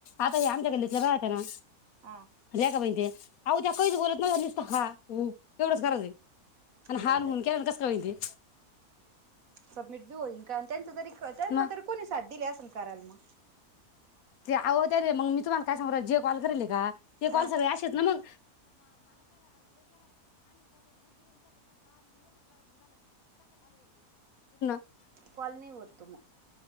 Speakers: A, on the left (about 65°); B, on the right (about 60°).
A: आता या आमच्या गल्लीतल्या बाया त ना
B: हा
A: रेखा बाई तेे आओ त्या काईच बोलतं नाई नीस हा हो तेवढंच करायचय आनं हान
B: बरं
A: हून केल नं कसं काय होईल ते
B: सबमिट <inaudible> <unintelligible> त्यांना
A: मग
B: तरी कोणी साथ दिली अस ण कराल म
A: ते आहो ते रे मंग मी तुम्हाला काय सांगू राहिली जे कॉल करेलय का ते
B: हा
A: कॉल सगळे अशेच ना मंग <unintelligible>
B: कॉल नी होत तो म